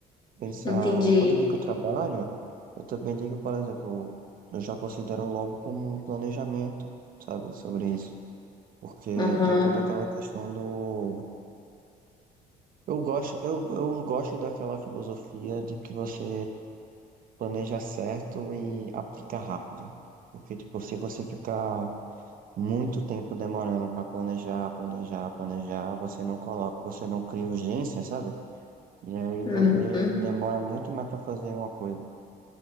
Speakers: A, on the right; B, on the left.
A: Pensar.
B: Entendi.
A: Quando eu digo trabalho, eu também digo, por exemplo, eu já considero logo como um planejamento, sabe, sobre isso. Porque
B: Aham.
A: tem toda aquela questão do. Eu gosto, eu, eu gosto daquela filosofia de que você planeja certo e aplica rápido. Porque, tipo, se você ficar muito tempo demorando para planejar, planejar, planejar, você não coloca, você não cria urgência, sabe? E aí
B: Uhum.
A: você demora muito mais para fazer uma coisa.